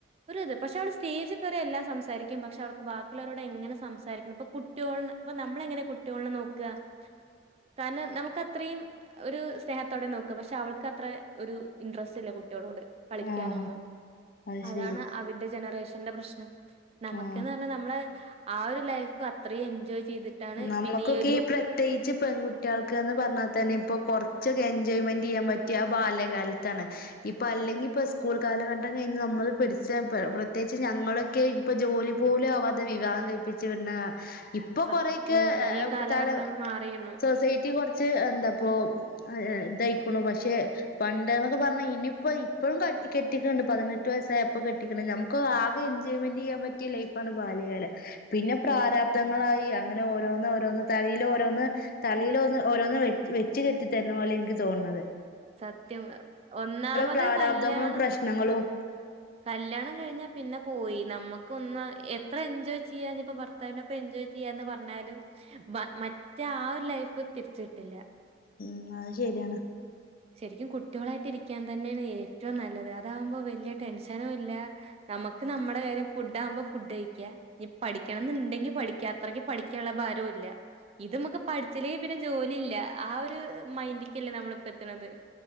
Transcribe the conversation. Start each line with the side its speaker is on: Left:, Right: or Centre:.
Right: ഒരിത് പക്ഷെ അവള് സ്റ്റേജിൽ കയറിയാൽ എല്ലാം സംസാരിക്കും പക്ഷെ അവൾക്ക് ബാക്കിയുള്ളവരോട് എങ്ങനെ സംസാരിക്കണം ഇപ്പൊ കുട്ടിയോളെ ഇപ്പ നമ്മള് എങ്ങനെയാ കുട്ടിയോളിനെ നോക്കുക. കാരണം നമുക്ക് അത്രയും ഒരു സ്നേഹത്തോടെ നോക്കാ പക്ഷെ അവൾക്ക് അത്ര ഒരു ഇൻട്രസ്റ്റ് ഇല്ല കുട്ടി കുട്ടികളോട് കളിക്കാനൊന്നും
Left: ആഹ് അത്
Right: അതാണ്
Left: ശരി
Right: അവരുടെ ജനറേഷന്റെ പ്രശ്നം. <unintelligible> നമുക്കെന്ന്
Left: ആഹ്
Right: പറഞ്ഞാ നമ്മളെ ആ ഒരു ലൈഫ് അത്രയും എൻജോയ് ചെയ്തിട്ടാണ്
Left: നമ്മുക്കൊക്കെ
Right: പിന്നെ ഒരു
Left: ഈ പ്രത്യേകിച്ച് പെൺകുട്ടി കുട്ടിയേൾക്ക്ന്ന് പറഞ്ഞാൽ തന്നെ ഇപ്പോൾ കുറച്ചൊക്കെ എൻജോയ്മെന്റ് ചെയ്യാൻ പറ്റിയ ആ ബാല്യകാലത്താണ്. ഇപ്പോ അല്ലെങ്കി ഇപ്പോ സ്കൂൾ കാലഘട്ടം കഴിഞ്ഞ് നമ്മൾ പിടിച്ച പ്രത്യേകിച്ച് ഞങ്ങളൊക്കെ ഇപ്പ ജോലി പോലും ആവാതെ വിവാഹം കഴിപ്പിച്ച് വിടുണ ഇപ്പൊ
Right: സത്യം
Left: കൊറേ ക്കെ
Right: ഉം ഈ കാലഘട്ടം
Left: തല
Right: മാറിയുന്നു
Left: സൊസൈറ്റി കുറച്ച് എന്താ പ്പോ പ്പം ഇതായിക്കുണു. പക്ഷെ പണ്ട് ന്നൊക്കെ പർഞ്ഞാ ഇനിപ്പോ ഇപ്പഴും ക കെട്ടിക്കണുണ്ട്. പതിനെട്ട് വയസായ അപ്പോ കെട്ടിക്ക്ണ്. നമുക്ക് ആകെ എൻജോയ്മെന്റ് ചെയ്യാൻ പറ്റിയ ലൈഫാണ് ബാല്യകാലം. പിന്നെ
Right: ഉം
Left: പ്രാരാബ്ദങ്ങളായി അ ങ്ങനെ ഓരോന്ന് ഓരോന്ന് തലയിലോരോന്ന് തലയിലോന്ന് ഓരോന്ന് വെച്ച് വെച്ച് കെട്ടിത്തരണ പോലെ എനിക്ക് തോന്നണത്.
Right: സത്യം. ഒന്നാമത്
Left: പ്രാരാബ്ദങ്ങളും
Right: കല്യാണം,
Left: പ്രശ്നങ്ങളും
Right: കല്യാണം കഴിഞ്ഞാ പിന്നെ പോയി. നമുക്ക് ഒന്ന് എത്ര എൻജോയ് ചെയ്യാ ഞ് പ്പോ ഭർത്താവിനൊപ്പം എൻജോയ് ചെയ്യാന്ന് പർഞ്ഞാലും ബ മറ്റേ ആ ഒരു ലൈഫ് തിരിച്ച് കിട്ടില്ല.
Left: ഉം അത് ശെരിയാണ്.
Right: ശരിക്കും കുട്ടികളായിട്ട് ഇരിക്കാൻ തന്നെയാണ് ഏറ്റവും നല്ലത് അതാകുമ്പോ വലിയ ടെൻഷനും ഇല്ല നമുക്ക് നമ്മുടെ കാര്യം ഫുഡ് ആകുമ്പോ ഫുഡ് കഴിക്ക്യാ... ഇഞ് പഠിക്കണംന്നുണ്ടെങ്കി പഠിക്കാ. അത്രക്ക് പഠിക്കാനുള്ള ഭാരവു ഇല്ല. ഇത് നമുക്ക് പഠിച്ചില്ലെങ്കിൽ പിന്നെ ജോലി ഇല്ല ആ ഒരു മൈൻഡ്ക്കല്ലേ നമ്മള് എത്തണത്